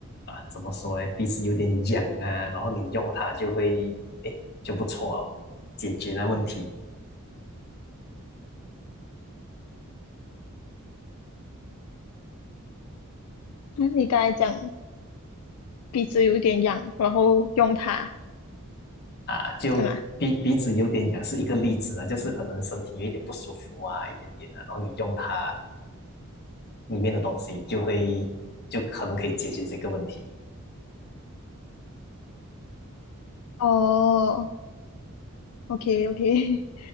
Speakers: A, on the left; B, on the left.
A: 怎么说诶，鼻子有点痒啊，然后你用它就会诶就不错哦，解决那问题
B: 嗯，你刚才讲。鼻子有点痒，然后用它，
A: 啊。就鼻鼻子有点痒是一个例子啊，
B: 是吗？
A: 就是可能身体有一点不舒服啊，一点点啊，然后你用它。里面的东西，就会就可能可以解决这个问题。
B: 哦，OK OK <laughs>